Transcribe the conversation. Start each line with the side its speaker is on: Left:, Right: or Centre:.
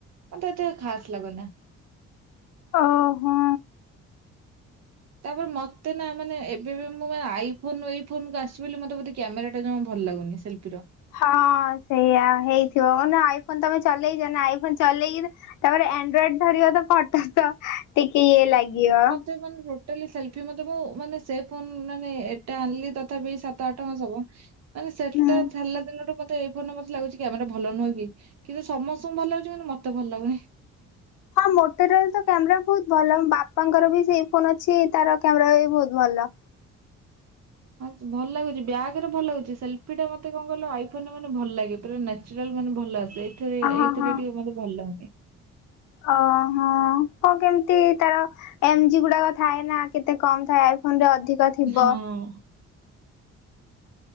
Right: ମତେ ଏତେ ଖାଷ୍ଟ ଲାଗୁନି।
Left: ଓହୋ।
Right: ତାପରେ ମତେ ନା ମାନେ ଏବେ ବି ମୁଁ ବା ଆଇ ଫୋନ ଏଇ ଫୋନ୍ ଆସିବି ମତେ ବୋଧେ କ୍ୟାମେରା ଟା ଜମା ଭଲ ଲାଗୁନି ସେଲ୍ଫିର।
Left: ହଁ ସେଇଆ ହେଇଥିବ ଆଇ ଫୋନ ତମେ ଚଲେଇଚ ନା ଆଇ ଫୋନ ଚଲେଇକି ତାପରେ ଆଣ୍ଡ୍ରଏଡ ଧରିବ ତ ଫଟୋ ତ ଟିକେ ଇଏ ଲାଗିବ।
Right: ତ ମାନେ ତୋଟାଲି ସେଲ୍ଫି ମତେ ମୁଁ ମାନେ ସେ ଫୋନ ମାନେ ଏଟା ଆଣିଲି ତଥାପି ସାତ ଆଠ ମାସ ହବ ମାନେ ସେଟା
Left: ହୁଁ।
Right: ଛାଡ଼ିଲା ଦିନଠୁ ମତେ ଏଇ ଫୋନ ମତେ ଲାଗୁଛି କ୍ୟାମେରା ଭଲ ନୁହେଁ କି କିନ୍ତୁ ସମସ୍ତଙ୍କୁ ଭଲ ଲାଗୁଛି କିନ୍ତୁ ମତେ ଭଲ ଲାଗୁନି।
Left: ହଁ ମୋଟେରଲା ତ କ୍ୟାମେରା ବହୁତ ଭଲ ବାପାଙ୍କର ବି ସେଇ ଫୋନ ଅଛି ତାର କ୍ୟାମେରା ବି ବହୁତ ଭଲ।
Right: ହଁ ଭଲ ଲାଗୁଚି ବ୍ୟାଗ୍ ରେ ଭଲ ହୋଊଛି ସେଲ୍ଫି ଟା ମତେ କଣ କଲ ଆଇଫୋନରେ ମାନେ ଭଲ ଲାଗେ। ପୁରା ନେଚୁରାଲ ମାନେ ଭଲ ଆସେ ଏଇଥିରେ
Left: ଅ ହଁ
Right: ଏଇଥିରେ
Left: ହଁ।
Right: ଟିକେ ମତେ ଭଲ ହୁଉନି।
Left: ଓହୋ। ହଁ କେମିତି ତାର ଏମଜି ଗୁଡାକ ଥାଏ ନା କେତେ କମ ଥାଏ ଆଇଫୋନ ରେ ଅଧିକ ଧିକ ଥିବ।
Right: ହଁ